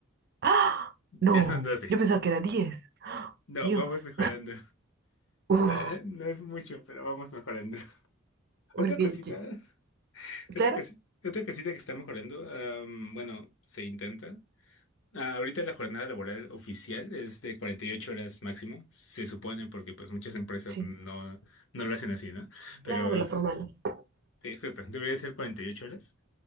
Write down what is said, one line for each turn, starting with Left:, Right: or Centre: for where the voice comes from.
Right: ¡Ah! No,
Left: ya son doce.
Right: yo pensaba que era diez,
Left: No,
Right: Dios.
Left: vamos mejorando.
Right: <laughs> Uf,
Left: Eh, no es mucho, pero vamos mejorando. <laughs>
Right: porque,
Left: Otra cosita,
Right: yo-
Left: otra
Right: claro,
Left: cosita, otra cosita que está mejorando, am, bueno, se intenta. Ah, ahorita la jornada laboral oficial es de 48 horas máximo, se supone, porque pues muchas empresas
Right: sí,
Left: no, no lo hacen así, ¿no? Pero
Right: claro, las formales.
Left: eh, justo, debería ser 48 horas.